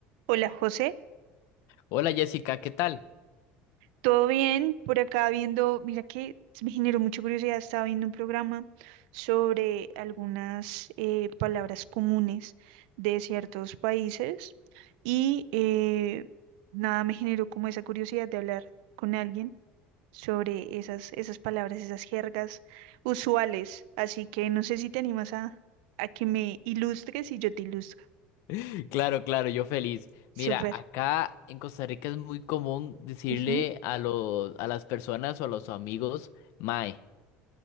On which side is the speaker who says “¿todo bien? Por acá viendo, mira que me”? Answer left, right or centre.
Right